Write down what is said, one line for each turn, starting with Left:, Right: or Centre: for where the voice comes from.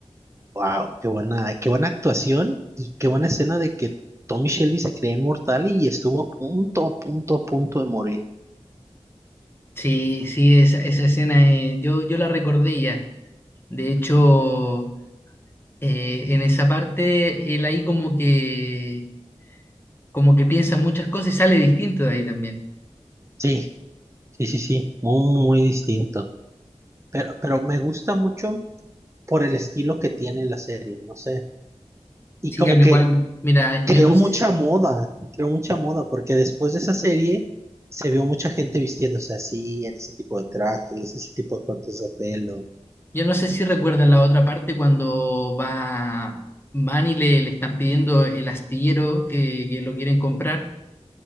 Right: Wow, qué buena, qué buena actuación y qué buena escena de que Tommy Shelby se creía inmortal y estuvo a punto, a punto, a punto de morir.
Left: Sí, sí, esa, esa escena eh, yo, yo la recordé ya. De hecho, eh, en esa parte él ahí como que, como que piensa muchas cosas y sale distinto de ahí también.
Right: Sí, sí, sí, sí, muy, muy distinto. Pero, pero me gusta mucho por el estilo que tiene la serie, no sé. Y
Left: Sí,
Right: como
Left: a mí
Right: que
Left: igual, mira,
Right: creó
Left: yo no
Right: mucha
Left: sé, si-
Right: moda, creó mucha moda, porque después de esa serie se vio mucha gente vistiéndose así, en ese tipo de trajes, ese tipo de cortes de pelo.
Left: yo no sé si recuerdan la otra parte cuando va, van y le, le están pidiendo el astillero que, que lo quieren comprar